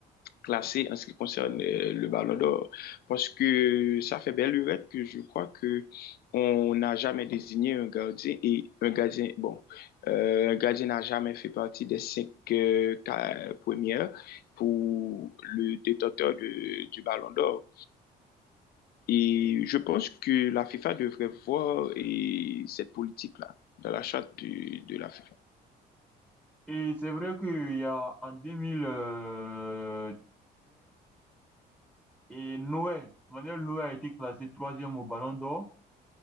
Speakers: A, on the left; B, in the centre.
A: classés en ce qui concerne euh, le Ballon d'Or, parce que ça fait belle lurette que je crois que on n'a jamais désigné un gardien et un gardien, bon, euh, un gardien n'a jamais fait partie des cinq euh, ca- premières pour le détenteur de- du Ballon d'Or. Et je pense que la FIFA devrait voir et cette politique-là dans la charte du- de la FIFA.
B: Et c'est vrai qu'il y a en 2013, et Noé, Manuel Noé a été classé troisième au Ballon d'Or.